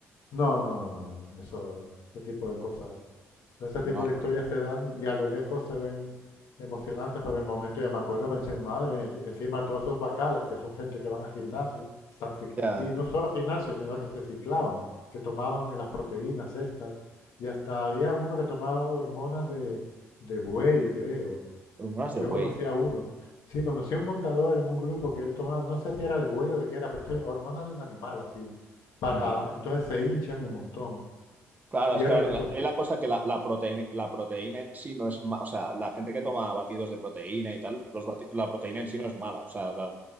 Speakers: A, on the left; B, on the right.
A: No, no, no, eso, ese tipo de cosas. Entonces, Ese
B: Madre.
A: tipo de historias se dan y a lo lejos se ven emocionantes, pero en el momento ya me acuerdo, pensé, madre mía, enci- encima todos esos bacalas, que son gente que van a gimnasios, están cic-
B: Ya.
A: y no solo gimnasios, sino que se ciclaban, que tomaban las proteínas estas, y hasta había alguno que tomaba hormonas de, de buey, creo,
B: Hormonas de
A: yo
B: güey,
A: conocí a uno. Sí, conocí a un montador en un grupo que él tomaba, no sé si era de buey o de qué era, pero sí, hormonas de un animal así. Para,
B: guau.
A: entonces se hinchan un montón.
B: Claro,
A: Y
B: es
A: eran
B: que a ver,
A: de
B: la-
A: esos,
B: es la cosa que la, la, prote- la proteína en sí no es mala, o sea, la gente que toma batidos de proteína y tal, los bati- la proteína en sí no es mala, o sea, la-